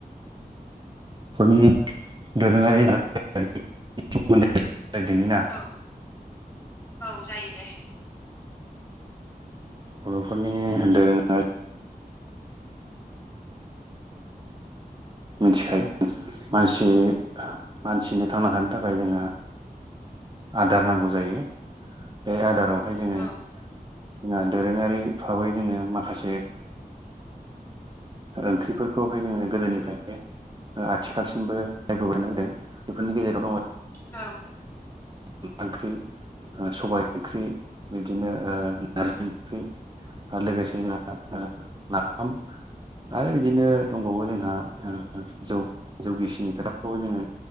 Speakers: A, on the right; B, on the left.
A: <unintelligible>
B: औ औ जायो दे
A: बर'फोरनि दोरोङारि मिथिखायो मानसि मानसिनो थांना थानो थाखाय जोङो आदार नांगौ जायो बे आदारावहाय जोङो
B: औ
A: जोंहा दोरोङारि भाबै जोङो माखासे ओंख्रिफोरखौहाय जोङो गोदोनिफ्राय आथिखालसिमबो <unintelligible> जादों बेफोरनि गेजेराव दङ
B: औ
A: अनला ओंख्रि सबाय ओंख्रि बिदिनो नारजि ओंख्रि आरो <unintelligible> आरो बिदिनो दंबावो जोंहा जौ जौ गिसिनि खोथाखौबो जोङो